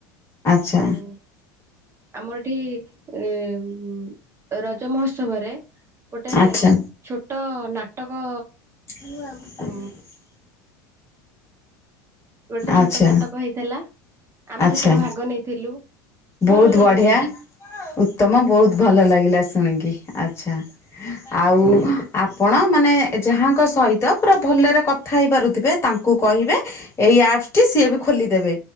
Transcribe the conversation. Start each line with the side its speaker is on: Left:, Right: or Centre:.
Left: ଆଚ୍ଛା
Right: ଓଉ ଆମର ଏଠି ଏ ଉ ରଜ ମହୋତ୍ସବରେ ଗୋଟେ
Left: ଆଚ୍ଛା
Right: ଛୋଟ ନାଟକ
Left: <inaudible>
Right: ଉ ଗୋଟେ ଛୋଟ
Left: ଆଚ୍ଛା
Right: ନାଟକ ହେଇଥିଲା, ଆମେ
Left: ଆଚ୍ଛା
Right: ସେଥିରେ ଭାଗ ନେଇଥିଲୁ। ଭଲ
Left: ବହୁତ
Right: ଲାଗିଥିଲା
Left: ବଢିଆ, ଉତ୍ତମ,
Right: ଆଜ୍ଞା
Left: ବହୁତ ଭଲ ଲାଗିଲା ଶୁଣିକି, ଆଛା। ଆଉ ଆପଣ ମାନେ ଯାହାଙ୍କ ସହିତ ପୁରା ଭଲରେ କଥା ହେଇପାରୁଥିବେ। ତାକୁ ତାଙ୍କୁ କହିବେ- ଏଇ ଆପ ଟି ସିଏ ବି ଖୋଲିଦେବେ